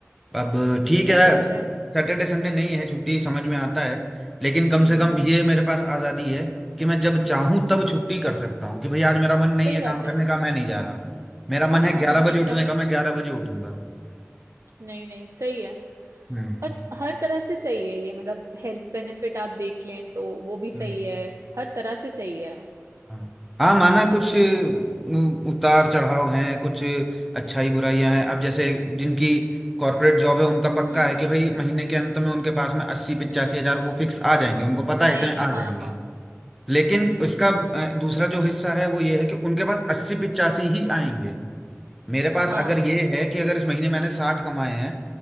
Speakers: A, in the centre; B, on the right.
A: अब ठीक
B: सही
A: है
B: बात है
A: सैटरडे संडे नहीं है छुट्टी समझ में आता है लेकिन कम
B: हम्म
A: से कम
B: हम्म
A: ये मेरे पास आज़ादी है कि मैं जब चाहूं तब छुट्टी कर सकता हूं कि भैया आज मेरा मन नहीं
B: सही
A: है काम
B: बात है
A: करने का मैं नहीं जा रहा मेरा
B: हाँ
A: मन है
B: हाँ
A: ग्यारह बजे
B: एकदम
A: उठने का मैं ग्यारह बजे उठूंगा
B: नहीं नहीं सही है
A: हम्म,
B: और हर तरह से सही है ये मतलब हेल्थ बेनिफिट आप देख लें तो वो भी
A: हम्म,
B: सही है हर तरह से सही है
A: हाँ हाँ माना कुछ
B: हम्म
A: अम, उतार चढ़ाव हैं कुछ अच्छाई बुराइयां हैं अब जैसे जिनकी कॉर्पोरेट जॉब है उनका पक्का
B: हम्म
A: है
B: हम्म,
A: कि भाई महीने के अंत में उनके पास में अस्सी पिचासी हजार वो फिक्स आ जाएंगे उनको पता है
B: आए
A: इतने आ
B: हाँ
A: जाएंगे
B: हाँ
A: लेकिन
B: हम्म
A: उसका अ, दूसरा जो हिस्सा है वो ये है कि उनके पास अस्सी पिचासी ही आएंगे मेरे पास
B: हाँ
A: अगर ये है कि अगर इस महीने मैंने साठ कमाए हैं